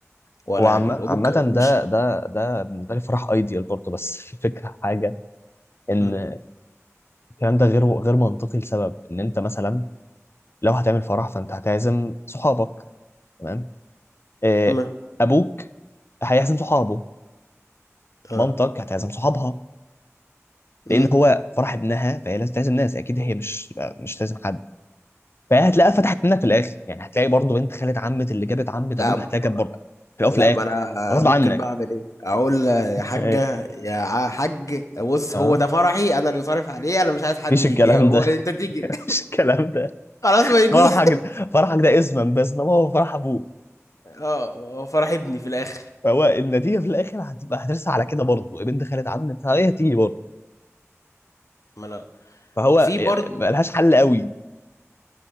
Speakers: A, on the left; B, on the left.
A: ولا
B: هو عم-
A: هجيب
B: عامة
A: وممكن ومش
B: ده ده ده بالنسبة لي فرح ايديال برضه بس <laughs> الفكرة حاجة ان
A: مم،
B: الكلام ده غير غير منطقي لسبب ان انت مثلا لو هتعمل فرح فانت هتعزم صحابك تمام آه،
A: تمام
B: ابوك هيعزم صحابه
A: اه
B: مامتك هتعزم صحابها
A: مم.
B: لان هو فرح ابنها فهي لازم تعزم ناس اكيد هي مش مش تعزم حد فهتلاقيها فتحت منك في الاخر يعني هتلاقي برضه بنت خالة عمة اللي جابت عمة
A: لا
B: ابوك هتلاقي جاب برضه في الاول
A: لا
B: وفي الاخر
A: ما انا
B: غصب
A: ممكن
B: عنك
A: بقى اعمل ايه اقول يا
B: <laughs>
A: حاجه يا ع- حاج بص
B: اه
A: هو ده فرحي انا اللي صارف عليه انا مش عايز حد
B: مفيش
A: يجي
B: الكلام
A: هو
B: ده
A: انت
B: <laughs>
A: تيجي
B: مفيش الكلام ده
A: <laughs> خلاص ما يجوش
B: فرحك ده فرحك ده اسما بس انما هو فرح ابوه
A: اه هو فرح ابني في الاخر
B: فهو النتيجه في الاخر هتبقى هترسى على كده برضه بنت خالد عمت هي هتيجي برضه
A: ما انا
B: فهو
A: في برضه
B: يعني ملهاش حل قوي